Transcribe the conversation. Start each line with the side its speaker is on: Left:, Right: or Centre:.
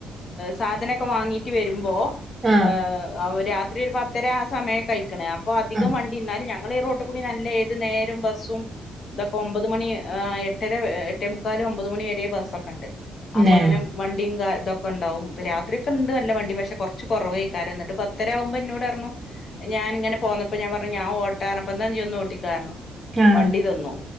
Left: സാധനൊക്കെ വാങ്ങീട്ട് വരുമ്പോ
Right: ആ
Left: ഏഹ് അവരാത്രി ഒരു പത്തര ആ സമയം കഴിക്കണേ അപ്പൊ അധികം
Right: ആ.
Left: വണ്ടി എന്നാലും ഞ ഞങ്ങൾ ഈ റോട്ട് കൂടി നല്ല ഏത് നേരും ബസ്സും ഇതൊക്കെ ഒമ്പത് മണി ഏഹ് എട്ടര ഏഹ് എട്ടേ മുക്കാൽ ഒമ്പത് മണി വരെ ബസ് ഒക്കെ ഉണ്ട്
Right: ന്നെ.
Left: അപ്പൊ ഇങ്ങനെ വണ്ടിം കാ ഇതൊക്കെ ഒണ്ടാവും രാത്രി ഒക്കെ ഉണ്ട് നല്ല വണ്ടി പക്ഷെ കുറച്ച് കുറവായ്ക്കാരം എന്നിട്ട് പത്തര ആമ്പോ എന്നോട് പറഞ്ഞു ഞാന് ഇങ്ങനെ പോന്നപ്പോ ഞാൻ പറഞ്ഞു ഞാൻ ഓട്ടാ പറഞ്ഞപ്പോ എന്നാ നീ ഒന്ന്ഓട്ടി കർ
Right: ആ
Left: വണ്ടി നിന്നു